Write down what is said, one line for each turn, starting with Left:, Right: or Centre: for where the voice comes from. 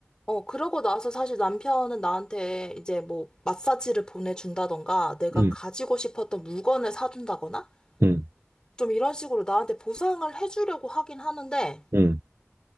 Left: 어, 그러고 나서 사실 남편은 나한테 이제 뭐, 마사지를 보내준다던가, 내가
Right: 응,
Left: 가지고 싶었던 물건을 사준다거나,
Right: 응,
Left: 좀 이런 식으로 나한테 보상을 해주려고 하긴 하는데,
Right: 응,